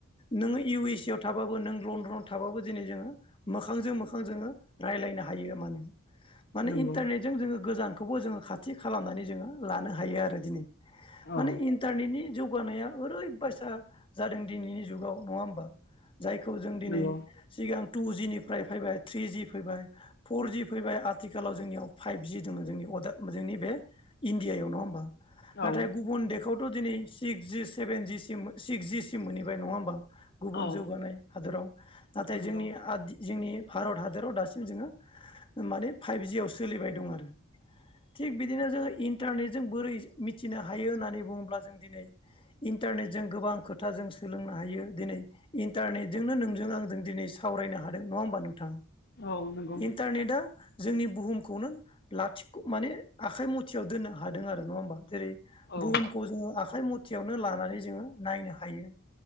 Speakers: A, on the left; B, on the left.
A: नोङो इउ एस ए आव थाबाबो नों लण्डनाव थाबाबो दिनै जोङो मोखजों मोखां जोङो रायज्लायनो ने ज बेखौबो
B: नंगौ
A: जोङो खाथि खालामनानै जोङो लानो हायो आरो दिनै माने
B: औ
A: इन्टारनेटनि जौगानाया ओरैबायसा जादों दिनैनि जुगाव नङा होमबा जायखौ जों दिनै
B: नंगौ
A: सिगां टु जिनिफ्राय फैबाय थ्रिजि फैबाय फरजि फैबाय आथिखालाव जोंनियाव फाइभजि दङ जोंनियाव अदा जोंनि बे इण्डियायाव नङा होमबा नाथाय
B: औ
A: गुबुन देखआवथ' दिनै सिक्सज सेभेन जि सिम सिक्सज सिम मोनहैबाय नङा होमबा गुबुन
B: औ
A: जौगानाय हादराव नाथाय
B: नंगौ
A: जोंनि आ जोंनि भारत हादराव दासिम जोङो माने फाइभजियाव सोलिबाय दं आरो थिग बिदिनो जोङो इन्टारनेटजोंों बोरै मिथिनो हायो होननानै बुङोब्ला जों दिनै इन्टारनेटजों गोबां खो खोथाजों सोलोंनो हायो दिनै इन्टारनेटजोंनो नोंजों आंजों दिनै सावरायनो हादों नङा होमबा नोंथां
B: औ नंगौ
A: इन्थ निद जोंनि बुहुमखौनो लाथिख' माने आखाइ मथियाव दोननो हादों आरो नङा होमबा जेरै बुहुमखौ
B: औ
A: जोङो आखाइ मथियावनो लानानै जोङो नायनो हायो।